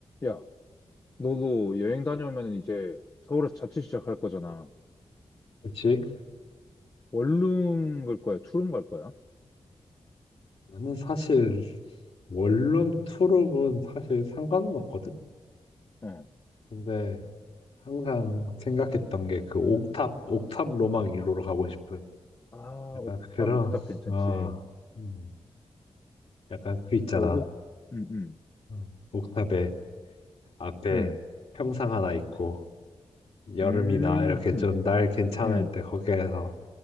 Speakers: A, on the left; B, on the left.
A: 야, 너도 여행 다녀오면 이제 서울에서 자취 시작할 거잖아.
B: 그치?
A: 원룸 갈 거야? 투룸 갈 거야?
B: 나는 사실 원룸 투룸은 사실 상관은 없거든?
A: 어.
B: 근데 항상 생각했던 게 그 옥탑, 옥탑 로망 1호로 가고 싶은
A: 아,
B: 약간
A: 옥탑,
B: 그런,
A: 옥탑 괜찮지.
B: 어, 음, 약간 그 있잖아.
A: 그 옥, 음, 음,
B: 음, 옥탑에 앞에
A: 음,
B: 평상 하나 있고 여름이나
A: 음,
B: 이렇게
A: 음.
B: 좀 날 괜찮을
A: 음.
B: 때 거기에서